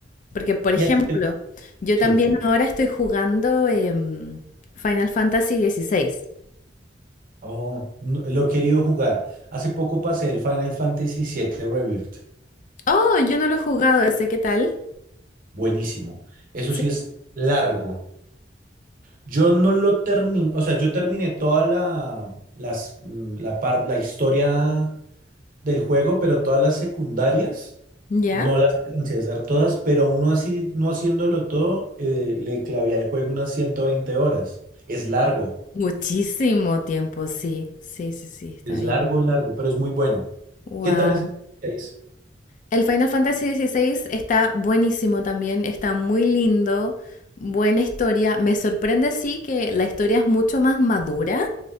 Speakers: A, on the left (about 45°); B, on the right (about 50°).
A: Porque, por ejemplo,
B: Y a ti te-
A: yo
B: sí.
A: también ahora estoy jugando em, Final Fantasy dieciséis.
B: Oh, no- lo he querido jugar. Hace poco pasé el Final Fantasy siete Rebirth.
A: Oh, yo no lo he jugado ese, ¿qué tal?
B: Buenísimo. Eso
A: Sí.
B: sí es largo. Yo no lo terminé, o sea, yo terminé toda la, las, mm, la, par- la historia del juego, pero todas las secundarias
A: ¿Ya?
B: no las alcancé a hacer todas, pero aún no así, no haciéndolo todo, eh, le clavé al juego unas 120 horas. Es largo,
A: Muchísimo tiempo, sí. Sí, sí, sí, está
B: es
A: bien.
B: largo, largo, pero es muy bueno.
A: Wow.
B: ¿Qué tal es el 6?
A: El Final Fantasy XVI está buenísimo también, está muy lindo, buena historia. Me sorprende sí que la historia es mucho más madura